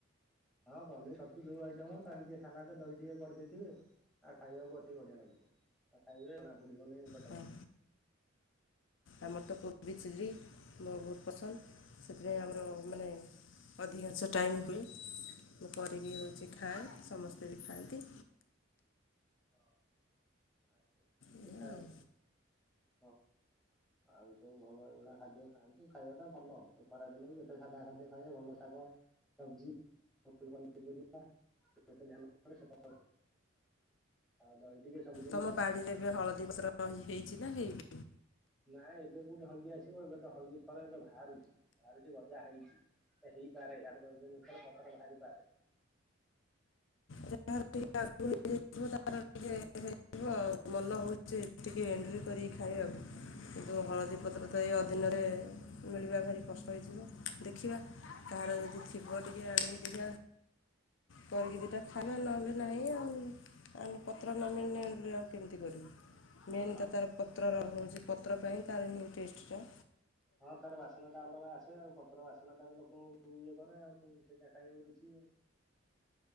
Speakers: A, in the centre; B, on the left.
A: ହଁ ପନିର ଛତୁ ଯୋଉ ଆଇଟମ ହଉ ତା ସାଙ୍ଗରେ ଟିକେ ସାଲାଡ ଦହି ଟିକେ କରିଦେଇଥିବେ। ଆ ଖାଇବାକୁ ଅତି ବଢିଆ ଲାଗିବ, ଖାଇବେ ଜଣା ପଡିବ ନାହି।
B: ହଁ। ଆମର ତ କୋବି ଚିଲ୍ଲି ମୋର ବହୁତ ପସନ୍ଦ, ସେଥିପାଇଁ ଆମର ମାନେ ଅଧିକାଂଶ ଟାଇମ୍ ହୁଏ, ମୁଁ କରିକି ହେଉଛି ଖାଏ ସମସ୍ତେ ବି ଖାଆନ୍ତି।
A: ହଁ <unintelligible>
B: ଏଇଆ ଆଉ
A: ଆଉ ସବୁ ଭଲ ଏଇ ଭଳିଆ ଖାଦ୍ୟ ଖାଆନ୍ତୁ। ଖାଇବା ଟା ଭଲ ଏ ଖରାଦିନ ବି ଯେତେ ସାଧା ଖାଦ୍ୟ ଖାଇବ ଭଲ ଶାଗ ସବଜିି ସବୁ ପନିପରିବା <unintelligible> ଆଉ ଦହି ଟିକେ ସବୁଦିନ
B: ତମ
A: ଖାଉଚି।
B: ବାଡ଼ିରେ ଏବେ ହଳଦୀ ପତର ହେଇଛି ନା ହେଇନି।
A: ନା ଏବେ କୋଉଠି ହଳଦୀ ଆସିବ ଏବେ ତ ହଳଦୀ ଥରେ ଏବେ ବାହାରୁଛି ବାହାରୁଛି ଗଜା ହେଇଛି। ହେଇପାରେ ଆଡ ଦଶ ଦିନ ଭିତରେ ପଥର ବାହାରିପାରେ
B: ଯାହାର ଟିକେ ଆଗ ତାର ଟିକେ ହେଇଯିବ ତର ଟିକେ ହେଇଥିବ ଆଉ ଭଲ ହେଉଛି ଟିକେ ଏଣ୍ଡୁରି କରିିକ ଖାଇବାକୁ କିନ୍ତୁ ହଳଦୀପତ୍ର ତ ଏ ଅଦୀନରେ ମିଳିବା ଭାରି କଷ୍ଟ ହେଇଥିବ ଦେଖିବା କାହାର ଯଦି ଥିବ ଟିକେ ଆଣିକି ଟ କରିକି ଦିଟା ଖାଇବା ନହେଲେ ନାହିଁ ଆଉ ଆମେ ପତ୍ର ନାମିନେ ଆଣିଲୁ ଆଉ କେମିତି କରିବୁ ମେନ୍
A: ହଁ।
B: ତ ତାର ପତ୍ରର ହେଉଛି ପତ୍ର ପାଇଁ ତାର ହିଁ ଟେଷ୍ଟଟା
A: ହଁ ତାର ବାସନା ଟା ଅଲଗା ଆସେ ଆଉ ପତ୍ର ବାସନ ଟାରେ ଲୋକଙ୍କୁ ଇଏ କରେ ଆଉ ସେଇଟା ଖାଇବାକୁ ରୁଛି ଆଉ